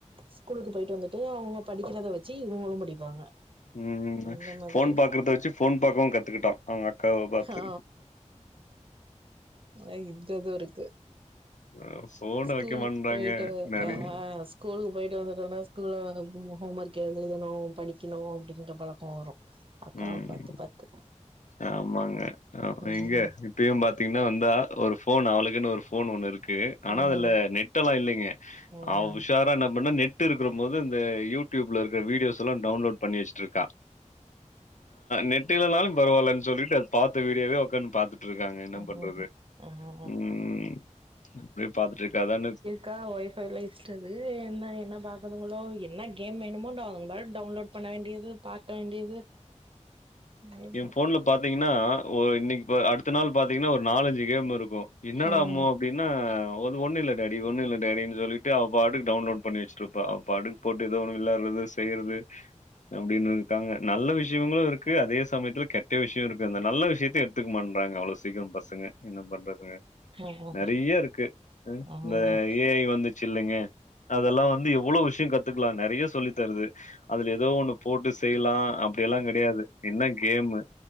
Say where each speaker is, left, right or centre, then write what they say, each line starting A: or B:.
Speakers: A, on the right (about 45°); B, on the left (about 75°).
A: ஸ்கூலுக்கு போயிட்டு வந்துட்டு அவுங்க படிக்கிறத வச்சு இவங்களு படிப்பாங்க
B: ம்
A: அந்த
B: ம்
A: மாதிரி
B: போன்
A: இருக்கு
B: பாக்கிரத வச்சு போன் பாக்கவு கத்துக்கிட்டா அவுங்க அக்காவ பாத்து
A: ஆ அ இந்த இது இருக்கு
B: <unintelligible>
A: ஸ்கூலுக்கு
B: மாட்றாங்க
A: போயிட்டு
B: நெறைய
A: அ ஸ்கூலுக்கு போயிட்டு வந்துட்டோனா க்குள்ள ஹோம் ஒர்க் எழுதணு படிக்கணு அப்டின்ற பழக்கோ வரு அக்காவ
B: ம்
A: பாத்து பாத்து
B: ஆமாங்க ஆமா
A: ம்
B: எங்க இப்பயு பாத்தீங்கன்னா வந்தா ஒரு போன் அவளுக்குன்னு ஒரு போன் ஒண்ணு இருக் கு ஆனா
A: ம்
B: அதுல நெட் எல்லா இல்லேங்க
A: ம்
B: அவ உஷார் ப்ப என்ன பண்ணே நெட் இருக்கிறம்போது இந்த யூடியூப்ல இருக்கிற வீடியோஸ் எல்லா டவுன்லோட் பண்ணி வச்சுட்டு இருக்கா நெட் இல்லனாலு பரவால்லன் சொல்லிட்டு அது பாத்த வீடியோவே உட்காந்து பாத்துட் ட்ருக்காங்க என்ன
A: ம்
B: பண்றது
A: ம்
B: ம் அப்டியே பாத்துட்டு இருக்காதனு
A: கா ஒய்பைல இஷ்டது என்ன என்ன பக்குதுங்களோ என்ன கேம் வேணுமோ ட அ பா டவுன்லோட் பண்ண வேண்டியது பாக்க வேண்டியது ம்
B: என் போன்ல பாத்தீங்கன்னா ஒ இன்னைக்கு அடுத்த நாள் பாத்தீங்கன்னா ஒரு நாலஞ்சு கேம் இருக்கு என்னடா
A: ம் ம்
B: அம்மு அப்டினா ஒன்னு இல்ல டாடி ஒன்னு இல்ல டாடின்னு சொல்லிட்டு அவ பாட்டுக்கு டவுன்லோட் பண்ணி வச்சுட்ருப்பா அவ பாட்டுக் போட்டு ஏதோ ஒணன்னு விளையாடுறத செய்யறது அப்டின்னு இருக்காங்க நல்ல விஷ இவுங்களு இருக்கு அதே சமயத்துல கெட்ட விஷயோ இருக்கு அந்த நல்ல விஷயத்த எடுத்துக்க மாட்டேண்றாங்க அவ்ளோ சீக்கிர பசங்க என்ன பண்றதுங்கநெறய
A: ம்
B: இருக்கு
A: ம்
B: இந்த ஏஐ வந்துச்சு இல்லங்க அதெல்லா வந்து எவ்ளோ விஷய கத்துக்லா நெறய சொல்லி தருது அதுல ஏதோ ஒண்ணு போட்டு செய்லா அப் அப்டி எல்லா கெடையாது என்ன கேமு